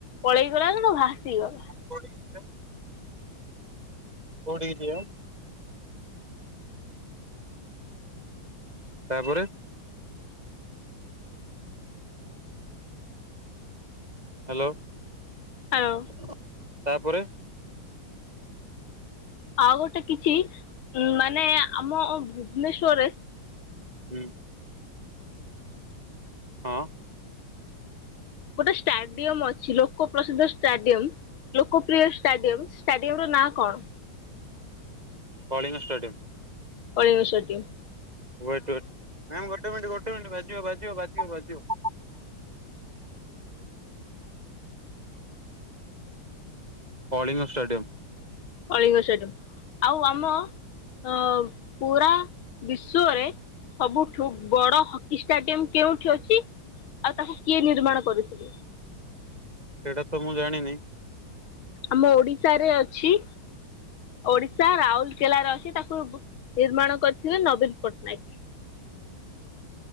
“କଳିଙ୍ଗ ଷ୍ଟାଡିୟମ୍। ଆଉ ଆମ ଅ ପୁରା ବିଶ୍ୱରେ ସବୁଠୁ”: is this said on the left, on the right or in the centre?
Left